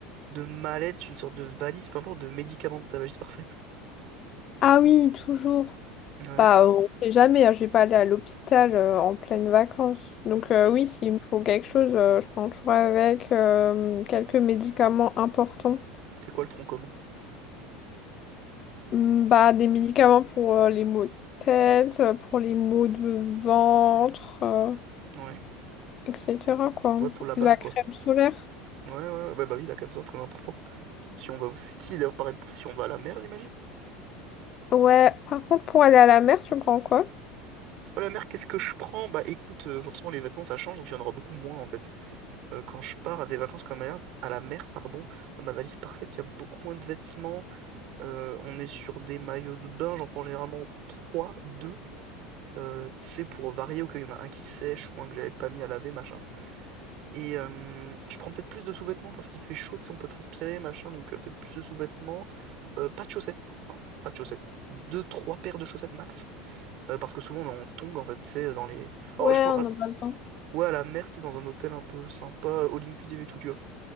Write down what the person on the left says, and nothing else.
Ah oui, toujours.
Bah, on sait jamais, hein, je vais pas aller à l'hôpital euh, en pleine vacances. Donc euh,
oui, s'il me faut quelque chose, euh, je prends toujours avec euh, quelques médicaments importants.
Hmm, Bah, des médicaments pour euh, les maux de tête, euh, pour les maux de ventre, euh,
etc. quoi.
La
crème solaire.
Ouais, par contre, pour aller à la mer, tu prends quoi?
Ouais,
on
en a besoin.